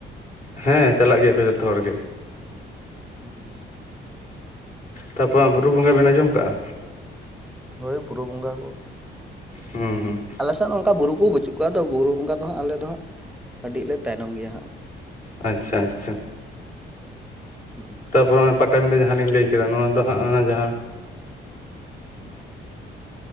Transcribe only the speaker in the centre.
ᱦᱩᱸ᱾
ᱦᱳᱭ ᱵᱩᱨᱩ ᱵᱚᱸᱜᱟ ᱠᱚ
ᱟᱞᱮᱥᱮᱫ ᱚᱱᱠᱟ ᱵᱩᱨᱩ ᱠᱚ ᱵᱟᱹᱪᱩᱜ ᱠᱟᱜᱟ ᱛᱚ ᱵᱩᱨᱩ ᱵᱚᱸᱜᱟ ᱫᱚ ᱦᱟᱸᱜ ᱟᱞᱮ ᱫᱚᱦᱟᱸᱜ ᱟᱹᱰᱤ ᱞᱮ ᱛᱟᱭᱱᱚᱢ ᱜᱮᱭᱟ ᱦᱟᱸᱜ᱾
ᱦᱩᱸ᱾